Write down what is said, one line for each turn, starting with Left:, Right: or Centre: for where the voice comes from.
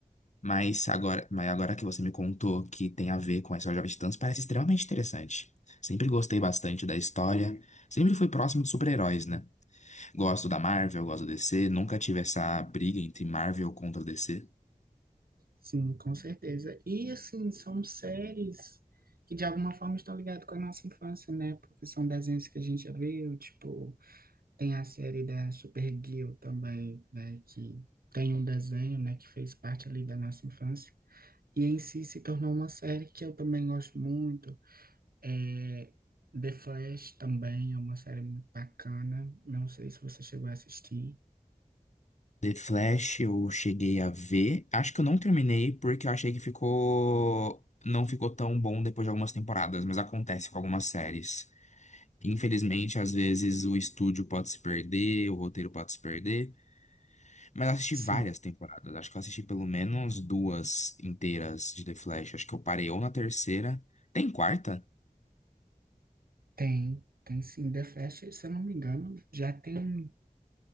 Left: Mas agora, mas agora que você me contou que tem a ver com essa Jovem Titãs, parece extremamente interessante. Sempre gostei bastante da história, sempre fui próximo de super-heróis, né? Gosto da Marvel, gosto da DC, nunca tive essa briga entre Marvel contra DC.
Right: sim, com certeza. E assim, são séries que de alguma forma estão ligadas com a nossa infância, né? Porque são desenhos que a gente já viu, tipo, tem a série da Supergirl também, né? Que tem um desenho, né, que fez parte ali da nossa infância. E em si se tornou uma série que eu também gosto muito. É, The Flash também é uma série muito bacana. Não sei se você chegou a assistir.
Left: The Flash eu cheguei a ver, acho que eu não terminei porque eu achei que ficou não ficou tão bom depois de algumas temporadas, mas acontece com algumas séries. Infelizmente, às vezes o estúdio pode se perder, o roteiro pode se perder. Mas eu assisti
Right: Sim,
Left: várias temporadas. Acho que eu assisti pelo menos duas inteiras de The Flash. Acho que eu parei ou na terceira. Tem quarta?
Right: tem. Tem sim, The Flash, se eu não me engano, já tem